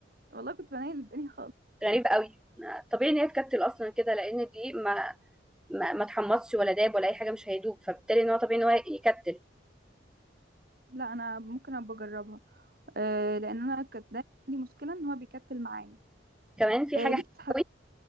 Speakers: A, on the right; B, in the centre.
A: والله كنت بنيل الدنيا خالص
B: غريب قوي ما- طبيعي ان هي تكتل اصلا كده لان دي ما ما, ما اتحمصش ولا داب ولا اي حاجه مش هيدوب فبالتالي ان هو طبيعي ان هو يكتل
A: لا انا ممكن ابقى اجربها آه لان انا كانت دايما عندي مشكله ان هو بيكتل معايا
B: كمان في
A: آه
B: حاجه
A: ليك
B: حلوه
A: في الحلويات
B: قوي